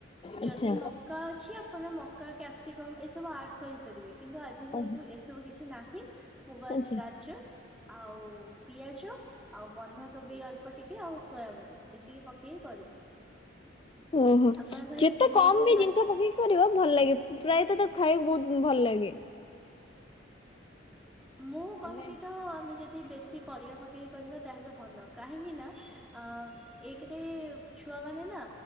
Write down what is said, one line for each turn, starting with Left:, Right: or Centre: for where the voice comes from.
Centre: ଯଦି
Left: ଆଚ୍ଛା
Centre: ମକା ଅଛି ଆପଣ ମକା କ୍ୟାପ୍ସିକମ୍ ଏସବୁ ଆଡ କରିପାରିବେ। କିନ୍ତୁ ଆଜି ଯେହେତୁ
Left: ଓହୋ
Centre: ଏସବୁ କିଛି ନାହିଁ ମୁଗା
Left: ଆଚ୍ଛା
Centre: ସ ଗାଜର ଆଉ ପିଆଜ ଆଉ ବନ୍ଧାକୋବି ଅଳ୍ପ ଟିକେ ଆଉ ସୋୟାବଡି ଏତିକି ପକେଇ କରିବେ।
Left: ଉଁ ହୁଁ
Centre: ଆପଣ ଫାଷ୍ଟ
Left: ଯେତେ
Centre: ସିମେଇକୁ
Left: କମ ବି
Centre: ଭାଜି
Left: ଜିନିଷ ପକେଇ କରିବ ଭଲ ଲାଗେ ପ୍ରାୟତଃ ତା ଖାଇବାକୁ ବହୁତ ଭଲ ଲାଗେ।
Centre: ମୁଁ କହିବି
Left: ଆମେ
Centre: ତ ଆମେ ଯଦି ବେଶୀ ପରିବା ପକେଇକି କରିବା ତାହେଲେ ଭଲ କାହିଁକିନା ଅ ଏ କେରେ ଛୁଆମାନେ ନା